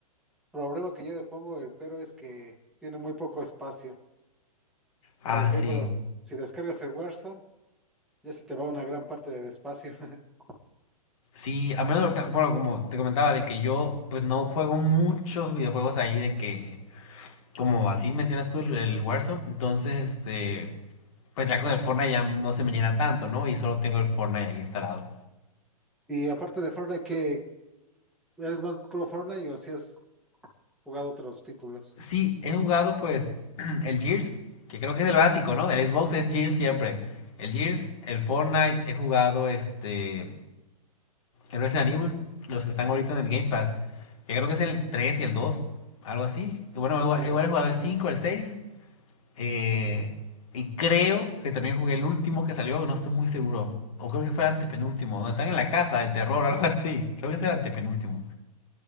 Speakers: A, in the centre; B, on the left.
A: problema que yo le pongo el pero es que tiene muy poco espacio.
B: Ah,
A: Por ejemplo,
B: sí.
A: si descargas el Warzone, ya se te va una gran parte del espacio. <laughs>
B: Sí, al menos ahorita, bueno, como te comentaba, de que yo pues no juego muchos videojuegos ahí, de que, como así mencionas tú el, el Warzone, entonces, este, pues ya con el Fortnite ya no se me llena tanto, ¿no? Y solo tengo el Fortnite ahí instalado.
A: Y aparte de Fortnite, que eres más pro Fortnite o si has jugado otros títulos?
B: Sí, he jugado pues <clears throat> el Gears, que creo que es el básico, ¿no? El Xbox es Gears siempre. El Gears, el Fortnite, he jugado este el Resident Evil, los que están ahorita en el Game Pass, que creo que es el 3 y el 2, algo así. Y Bueno,
A: Ok.
B: igual,
A: ¿Me
B: igual he jugado el 5, el 6, eh, y creo que también jugué el último que salió, no estoy muy seguro. O creo que fue el antepenúltimo, donde están en la casa de terror, <laughs> algo así. Creo que es el antepenúltimo.